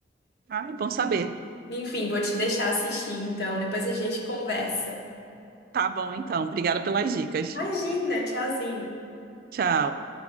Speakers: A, on the right; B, on the left.
A: Ah, é bom saber.
B: Enfim, vou te deixar assistir, então. Depois a gente conversa.
A: Tá bom, então. Obrigada pelas dicas.
B: Imagina, tchauzinho.
A: Tchau.